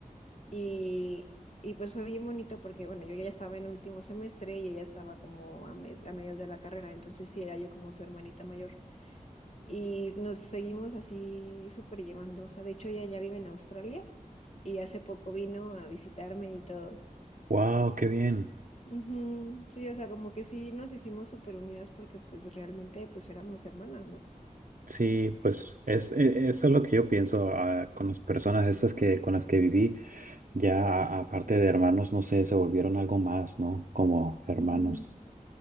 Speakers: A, on the left (about 50°); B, on the right (about 70°).
A: y, y pues fue bien bonito porque, bueno, yo ya estaba en último semestre y ella estaba como a, me- a mediados de la carrera, entonces sí era yo como su hermanita mayor. Y nos seguimos así súper llevando, o sea, de hecho ella ya vive en Australia y hace poco vino a visitarme y todo.
B: wow, qué bien.
A: Ujú, Sí, o sea, como que sí nos hicimos súper unidas porque pues realmente pues éramos hermanas, ¿no?
B: Sí, pues es, e- eso es lo que yo pienso ah, con las personas estas que con las que viví, ya a- aparte de hermanos, no sé, se volvieron algo más, ¿no? Como hermanos.
A: Ujú,